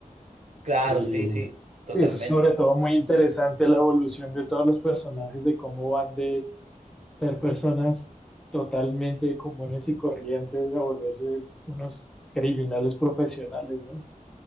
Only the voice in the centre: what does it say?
Y
es sobre todo muy interesante la evolución de todos los personajes, de cómo van de ser personas totalmente comunes y corrientes a volverse unos criminales profesionales, ¿no?